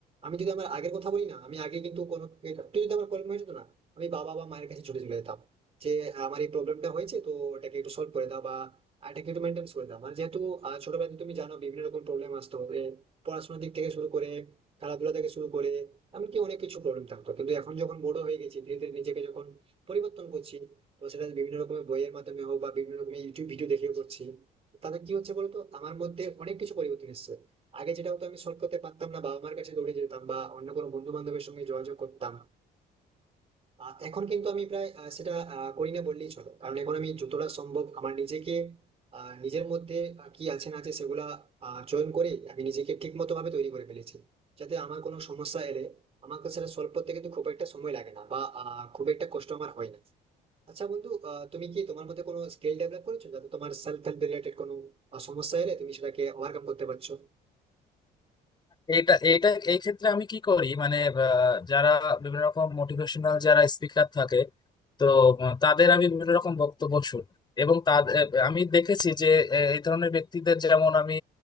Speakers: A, on the right (about 35°); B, on the left (about 25°).
A: আমি যদি আমার আগের কথা বলি না আমি আগে কিন্তু কোনো একটু যদি আমার প্রবলেম হয়ে যেত না আমি বাবা বা মায়ের কাছে ছুটে চলে যেতাম যে হ্যাঁ, আমার এই প্রবলেমটা হয়েছে তো এটাকে একটু সলভ করে দাও বা এটাকে একটু মেনটেন্স করে দাও মানে যেহেতু আহ, ছোটবেলাতে তুমি জানো বিভিন্ন রকম প্রবলেম আসতো এ, পড়াশোনার দিক থেকে শুরু করে খেলাধুলা থেকে শুরু করে এমনকি অনেক কিছু প্রবলেম থাকতো কিন্তু এখন যখন বড় হয়ে গেছি ধীরে ধীরে নিজেকে যখন পরিবর্তন করছি তো সেটা বিভিন্ন রকমের বইয়ের মাধ্যমে হোক বা বিভিন্ন রকমের ইউটিউব ভিডিও দেখেও করছি তাতে কি হচ্ছে বলতো আমার মধ্যে অনেক কিছু পরিবর্তন এসেছে আগে যেটা হতো আমি সলভ করতে পারতাম না বাবা মার কাছে দৌড়ে যেতাম বা অন্য কোনো বন্ধু বান্ধবের সঙ্গে যোগাযোগ করতাম আহ, এখন কিন্তু আমি প্রায় আহ, সেটা আহ, করি না বললেই চলে কারণ এখন আমি যতটা সম্ভব আমার নিজেকে আহ, নিজের মধ্যে আহ, কি আছে না আছে সেগুলা চয়ন করে আমি নিজেকে ঠিক মতো ভাবে তৈরি করে ফেলেছি যাতে আমার কোনো সমস্যা এলে আমাকে সেটা সলভ করতে কিন্তু খুব একটা সময় লাগে না বা আহ, খুব একটা কষ্ট আমার হয় না আচ্ছা বন্ধু আহ, তুমি কি তোমার মধ্যে কোনো স্কিল ডেভেলপ করেছো যাতে তোমার সেলফ হেল্প রিলেটেড কোনো আহ, সমস্যা এলে তুমি সেটাকে ওভারকাম করতে পারছো
B: এটা এটা এই ক্ষেত্রে আমি কি করি মানে আহ, যারা বিভিন্ন রকম মোটিভেশনাল যারা স্পিকার থাকে তো আহ, তাদের আমি বিভিন্ন রকম বক্তব্য শুনি এবং তাদের আমি দেখেছি যে আহ, এই ধরনের ব্যক্তিদের যেমন আমি